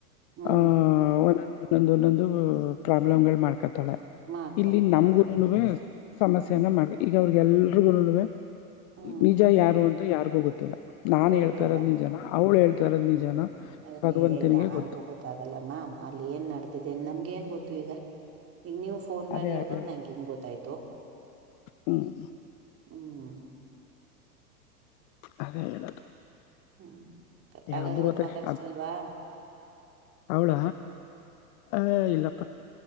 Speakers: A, on the right (about 30°); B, on the left (about 30°).
A: ಹ್ಮ್
B: ಆಹ ಒಂದೊಂದ ಒಂದೊಂದು ಒಂದೊಂದು ಪ್ರಾಬ್ಲಮ್ ಗಳು ಮಾಡ್ಕೊತ್ತಾಳೆ
A: ಮಾಡ್ಕೊಬಿಡ್ತಾರೆ
B: ಇಲ್ಲಿ ನಮಗು ನುವೆ ಸಮಸ್ಯೆಯನ
A: ಹ್ಮ್
B: ಮಾಡ ಈಗ ಅವ್ರಿಗೆ ಎಲ್ರಿಗೂ ನಡುವೆ
A: ಹ್ಮ್
B: ನಿಜ ಯಾರು ಯಾರಿಗೂ ಗೊತ್ತಿಲ್ಲ ನಾನ್
A: ಗೊತ್ತಿಲ್ಲ
B: ಹೇಳ್ತಾರದ್ ನಿಜನ ಅವ್ಳು ಹೇಳ್ತಾರದ್
A: ಹ್ಮ್
B: ನಿಜನ
A: ಹ್ಮ್ ಏ
B: ಭಗವಂತನಿಗೆ
A: ಯಾರಿಗೂ
B: ಗೊತ್ತು
A: ಗೊತ್ತಾಗಲ್ಲ ಮ್ಯಾಮ್ ಅಲ್ಲಿ ಏನ್ ನಡೆದಿದೆ ನಮ್ಗೆ ಏನ್ ಗೊತ್ತು ಈಗ ಈಗ ನೀವು ಫೋನ್ ಮಾಡಿ
B: ಅದೇ
A: ಹೇಳ್ದಾಗ
B: ಹಾಗೆ
A: ನಂಗೆ ಹಿಂಗ್ ಗೊತ್ತಾಯ್ತು
B: ಹ್ಮ್
A: ಹ್ಮ್
B: ಅದ ಹೇಳದು
A: ಹ್ಮ್ ಹಾಗಾದ್ರೆ
B: ಅಪರೂಪಕ್ಕೆ
A: ಇವತ್ ಮಾತಾಡ್ಸಲ್ವಾ
B: ಅವಳ ಆ ಇಲ್ಲಪ್ಪ